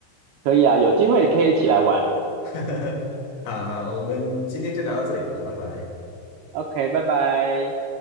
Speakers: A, on the right; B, on the left.
A: 可以啊，有机会可以一起来玩。
B: <laughs> 好好，我们今天就聊到这里吧，拜拜。
A: OK，拜拜。